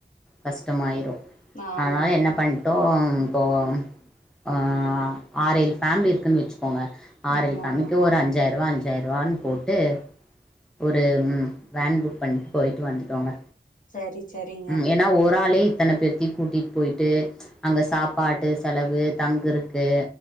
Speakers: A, in the centre; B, on the left.
A: கஷ்டமாயிரு
B: ஆமா
A: ஆனால என்ன பண் ட்டோ இப்போ அ ஆறு ஏழு ஃபேமிலி இருக்குன்னு வச்சுக்கோங்க ஆறு
B: ஆமா
A: ஏழு ஃபேமிலிக்கு
B: ஆமா
A: ஒரு அஞ்ஜாயிருவ அஞ்ஜாயிருவானு போட்டு ஒரு வேன் புக் பண்ணிட்டு போயிட்டு வந்துட்டோங்க
B: சரி சரி
A: ம் ஏன்னா ஒரு ஆளே இத்தன பேத்தி கூட்டிட்டு போயிட்டு அங்க சாப்பாட்டு செலவு தங்குருக்கு